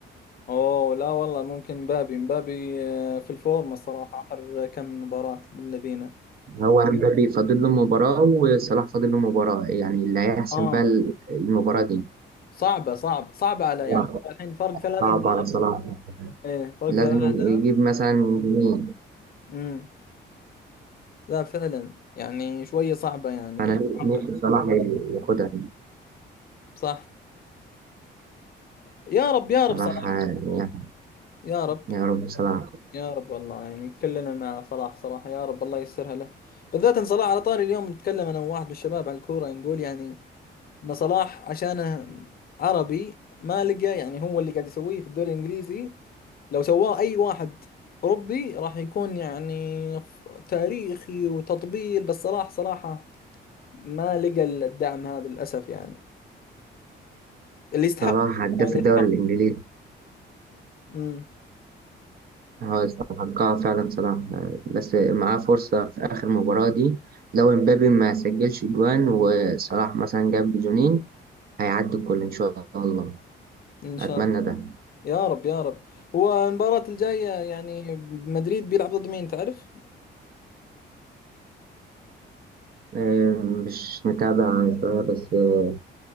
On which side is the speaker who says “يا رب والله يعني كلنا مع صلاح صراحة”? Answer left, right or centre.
Left